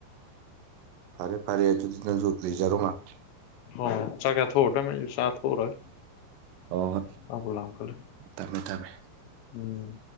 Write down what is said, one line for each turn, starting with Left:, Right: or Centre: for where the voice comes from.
Right: ꯐꯔꯦ ꯐꯔꯦ ꯑꯗꯨꯗꯤ ꯅꯪꯖꯨ ꯂꯩꯖꯔꯣ ꯉꯥꯛ
Left: ꯍꯣꯏ ꯆꯥꯛ ꯆꯥꯊꯣꯛꯑꯣꯔꯗꯝꯃꯤ ꯑꯩꯖꯨ ꯆꯥꯊꯣꯛꯎꯔꯒꯦ
Right: ꯑꯣ ꯍꯣ ꯍꯣꯏ
Left: ꯆꯥꯕꯨ ꯂꯥꯝꯈꯠꯂꯦ
Right: ꯊꯝꯃꯦ ꯊꯝꯃꯦ <inaudible>
Left: ꯎꯝ